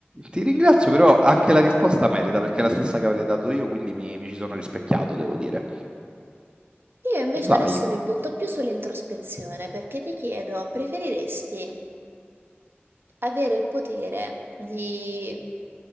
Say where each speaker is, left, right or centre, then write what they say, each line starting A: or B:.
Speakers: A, on the right; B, on the right.
A: Ti ringrazio, però anche la risposta merita perché è la stessa che avrei dato io, quindi mi, mi ci sono rispecchiato, devo dire.
B: Io invece
A: Vai.
B: adesso mi butto più sull'introspezione perché ti chiedo, preferiresti avere il potere di